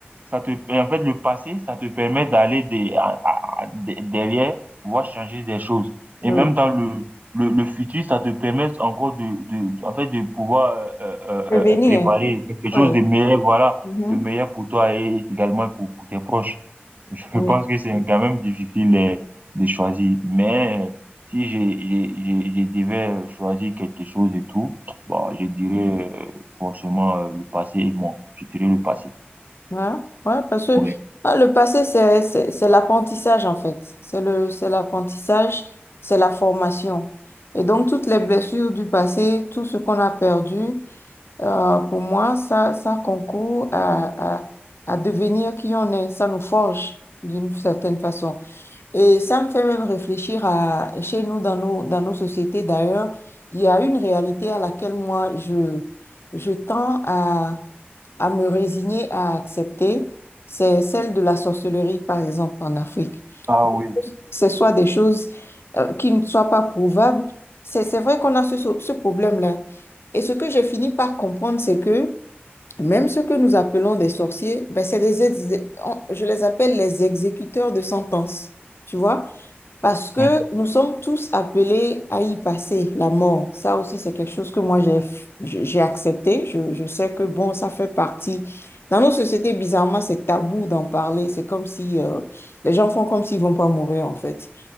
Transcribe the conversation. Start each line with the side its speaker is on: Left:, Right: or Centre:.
Right: ça te, en fait, le passé, ça te permet d'aller des, à- à- à- de- derrière, voir changer des choses. Et
Left: Oui.
Right: même dans le, le, le futur, ça te permet encore de, de, en fait, de pouvoir euh, euh,
Left: Prévenir.
Right: euh, préparer quelque
Left: Oui.
Right: chose de meilleur, voilà,
Left: mhm,
Right: de meilleur pour toi et également pour, pour tes proches. Je <laughs>
Left: Oui.
Right: pense que c'est quand même difficile euh, de choisir. Mais euh, si j'ai, j'ai, j'ai, je devais choisir quelque chose et tout, bon, je dirais euh, forcément euh, le passé et moi. Je dirais le passé.
Left: Ouais, ouais, parce que
Right: Ouais.
Left: ah, le passé, c'est, c'est, c'est l'apprentissage, en fait. C'est le, c'est l'apprentissage, c'est la formation. Et donc, toutes les blessures du passé, tout ce qu'on a perdu, euh, pour moi, ça, ça concourt à, à, à devenir qui on est. Ça nous forge d'une certaine façon. Et ça me fait même réfléchir à chez nous, dans nos, dans nos sociétés d'ailleurs, il y a une réalité à laquelle moi je, je tends à, à me résigner à accepter, c'est celle de la sorcellerie, par exemple, en Afrique.
Right: Ah oui,
Left: Que ce soit des choses euh, qui ne soient pas prouvables, c'est, c'est vrai qu'on a ce, ce problème-là. Et ce que j'ai fini par comprendre, c'est que même ce que nous appelons des sorciers, ben, c'est des, ex- on- je les appelle les exécuteurs de sentences, tu vois? Parce que
Right: Hmm.
Left: nous sommes tous appelés à y passer, la mort. Ça aussi, c'est quelque chose que moi, j'ai, j'ai accepté. Je, je sais que, bon, ça fait partie. Dans nos sociétés, bizarrement, c'est tabou d'en parler. C'est comme si euh, les gens font comme s'ils vont pas mourir, en fait.